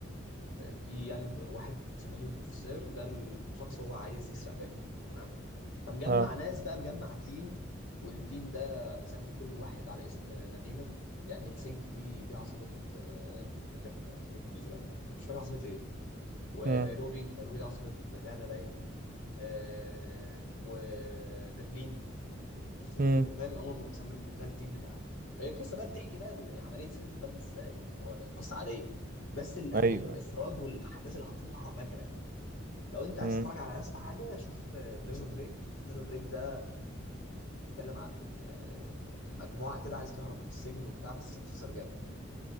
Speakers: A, on the left; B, on the right.
A: في يعني ب- واحد مسمينه البروفيسور ده الشخص هو عايز يسرق بنك تمام فمجمع
B: اه
A: ناس بقى مجمع تيم والتيم ده مسمي كل واحد على اسم مدينة يعني هلسنكي دي دي عاصمة آه، مش فاكر عاصمة نيوزيلندا مش فاكر عاصمة ايه ونيروبي
B: امم
A: نيروبي دي عاصمة غانا باين آه، وبرلين شفت انت
B: امم
A: بال- فاهم هم مسميهم كده ده التيم بتاعه هي القصه بقى بتحكي بقى ان عمليه سرقه البنك ازاي هو قصه عاديه بس ال- الاخراج
B: ايوه
A: والاحداث اللي حاطينها فجره يعني. لو انت عايز
B: امم
A: تتفرج على نفس حاجه شوف بريزون بريك بريزون بريك ده بيتكلم عن آه، يعني مجموعه كده عايز تهرب من السجن وبتاع بس مسلسل جامد